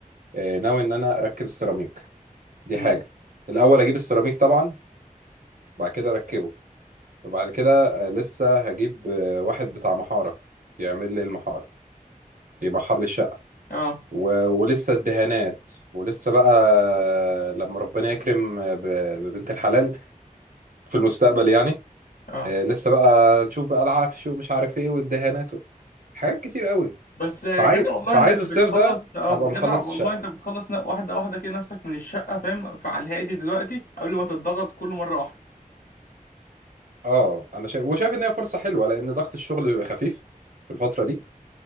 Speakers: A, on the right (about 70°); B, on the left (about 75°).
A: آه، ناوي ان انا اركب السيراميك دي
B: امم
A: حاجه الاول اجيب السيراميك طبعا وبعد كده اركبه وبعد كده آه، لسه هجيب آه، واحد بتاع محارة يعمل لي المحارة يمحر لي الشقة
B: اه
A: و... ولسه الدهانات ولسه بقى آه، لما ربنا يكرم آه، ب... ببنت الحلال في المستقبل يعني
B: اه
A: آه، لسه بقى نشوف بقى العفش ومش عارف ايه والدهانات و... حاجات كتير قوي
B: بس جدع
A: فعايز
B: والله
A: فعايز
B: انك
A: الصيف
B: بتخلص
A: ده
B: اه
A: ابقى
B: جدع
A: مخلص
B: والله
A: الشقة
B: انت بتخلص ن- واحده واحده كده نفسك من الشقه فاهم فعلى الهادي دلوقتي قبل ما تتضغط كل مره واحده
A: اه انا شايف وشايف ان هي فرصة حلوة لان ضغط الشغل بيبقى خفيف في الفترة دي